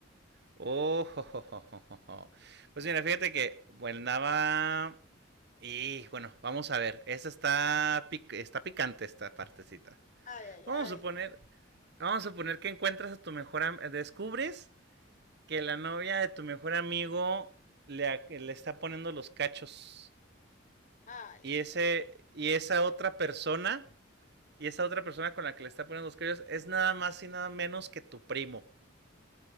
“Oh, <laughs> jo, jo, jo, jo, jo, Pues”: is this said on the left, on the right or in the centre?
Right